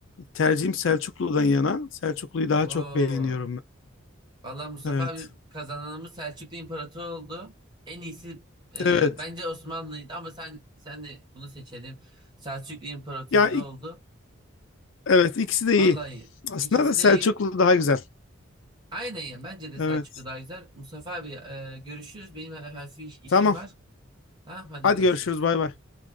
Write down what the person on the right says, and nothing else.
Oo.
Vallahi Mustafa
abi kazananımız Selçuklu İmparator oldu. En iyisi e,
bence Osmanlı'ydı ama sen sen de bunu seçelim. Selçuklu İmparatorluğu
oldu.
Vallahi
ikisi
de iyi.
Aynen ya bence de Selçuklu
daha güzel. Mustafa abi e, görüşürüz. Benim hafif iş- işim
var. Tamam hadi
görüşürüz.